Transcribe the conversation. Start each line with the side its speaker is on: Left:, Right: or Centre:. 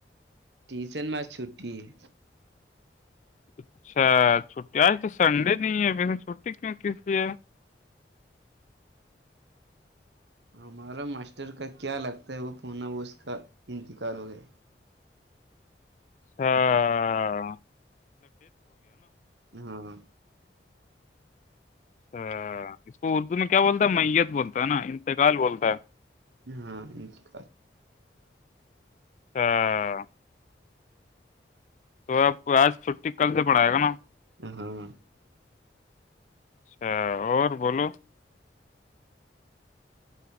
Right: ٹیشن میں چھٹی ہے
Left: اچھا چھٹی آج تو سنڈے نہیں ہے ون چھٹی کیوں کس لیے ہے
Right: ہمارا ماسٹر کا کیا لگتا ہے وہ پنا وہ اس کا انتقال ہو گیا
Left: ہاں <unintelligible>
Right: ہاں
Left: ا اس کو اردو میں کیا بولتا ہے میت بولتا ہے نا انتقال بولتا ہے
Right: ہاں جک
Left: ہاں <unintelligible> تو آب آج چھٹی کل سے پڑائے گا نا
Right: ا ہاں
Left: اچھا اور بولو